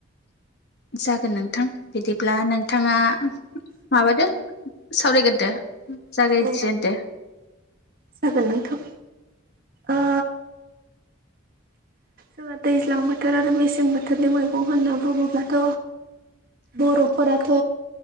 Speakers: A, on the left (about 55°); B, on the right (about 45°).
A: जागोन नोंथां बिदिब्ला नोंथाङा माबादो सावरायग्रोदो जागायजेनदो
B: औ जागोन नोंथां ओ जोंहा दैज्लां बोथोर आरो मेसें बोथोरनि मैगं होनना बुङोब्लाथ' बर'फोराथ'